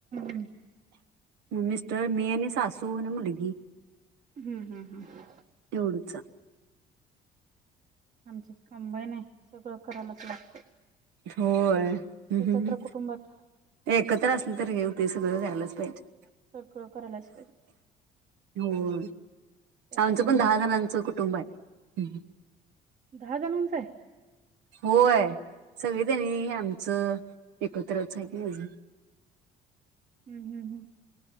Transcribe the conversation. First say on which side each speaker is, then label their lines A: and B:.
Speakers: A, on the right; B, on the right.
A: हम्म.
B: मिस्टर मी सासू आणि मुलगी.
A: हम्म हम्म हम्म.
B: एवढंच.
A: आमच्या कंबाईन आहे सगळं करायलाच लागत.
B: होय. ह
A: एकत्र
B: हं
A: कुटुंबात
B: एकत्र असल नंतर हे होते सगळं करायलाच पाहिजे.
A: सगळं करायलाच पाहिजे
B: हो.
A: त्यात
B: आमचं
A: अजून
B: पण दहा जणांचं कुटुंब आहे.
A: दहा जणांच आहे?
B: होय. सगळे जणी आमचं एकत्रच आहेत नाही अजून.
A: हम्म हम्म हम्म.